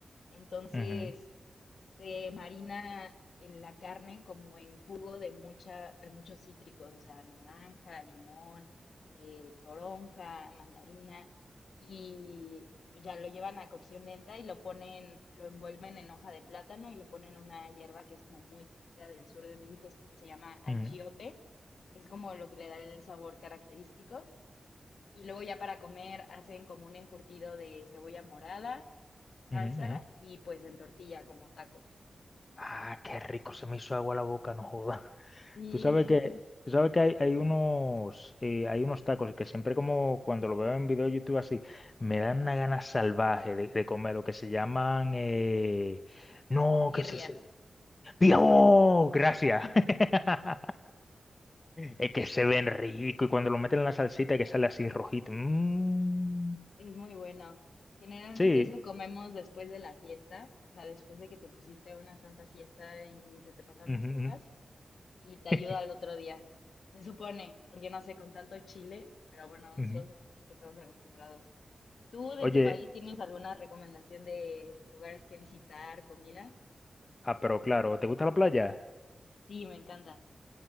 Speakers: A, on the left; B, on the left.
A: Entonces,
B: Ujú,
A: se marina en la carne como en jugo de mucha, de muchos cítricos, o sea, naranja, limón, eh, toronja, mandarina, y pues ya lo llevan a cocción lenta y lo ponen, lo envuelven en hoja de plátano y lo ponen en una hierba que es como muy típica del sur de México, que se llama achiote,
B: ujú,
A: que es como lo que le da el sabor característico. Y luego ya para comer hacen como un encurtido de cebolla morada, salsa
B: ujú, ujú.
A: y pues en tortilla como taco.
B: Ah, qué rico, se me hizo agua la boca, no joda. <laughs>
A: Sí,
B: Tú sabes que, tú sabes que hay, hay unos, eh, hay unos tacos que siempre como cuando lo veo en video de YouTube así, me dan una gana salvaje de, de comer, lo que se llaman, eh, no,
A: birria.
B: que se, se- ¡Dios! Gracias.
A: <laughs>
B: <laughs> Es que se ven rico y cuando lo meten en la salsita que sale así rojito. Mm,
A: Es muy bueno. Generalmente
B: sí.
A: eso comemos después de la fiesta, o sea, después de que te pusiste una santa fiesta y se te pasaron
B: Ujú,
A: las copas
B: ujú.
A: y te ayuda
B: <laughs>
A: al otro día. Se supone, porque no sé, con tanto chile, pero bueno, nosotros
B: Ujú.
A: estamos acostumbrados. ¿Tú de
B: Oye,
A: tu país tienes alguna recomendación de lugares que visitar, comida?
B: ah, pero claro, ¿te gusta la playa?
A: Sí, me encanta.